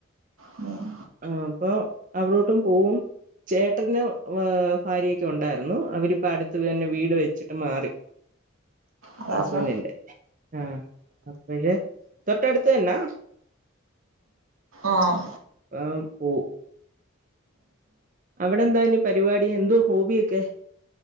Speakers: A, on the right; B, on the right.
A: ഉം ഉം
B: ആപ്പൊ അവ്ടോട്ടും പോവും ചേട്ടന് വാ ഫാര്യയൊക്കെ ഉണ്ടാരുന്നു അവരിപ്പോ അട്ത്ത് തന്നെ വീട് വെച്ചിട്ട് മാറി
A: അതാ
B: ഹസ്ബൻ്റിന്റെ
A: അതാ
B: ആഹ് അപ്പഴ് തൊട്ട അടുത്ത് തന്നാ
A: ആഹ്
B: ആം പൂ അവടെ എന്താഞി പരിവാടി എന്തോ ഹോബിയൊക്കെ